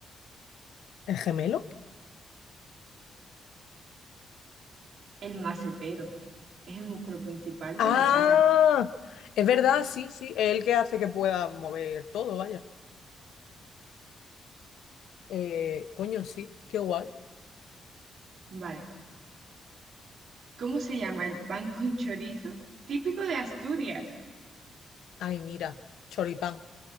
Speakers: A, on the left; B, on the right.
A: ¿El gemelo?
B: el macetero. Es el músculo principal
A: Ah,
B: de la cara.
A: es verdad, sí, sí. Es el que hace que pueda mover todo, vaya. Eh, coño, sí, qué guay.
B: Vale. ¿Cómo se llama el pan con chorizo típico de Asturias?
A: Ay, mira, choripán.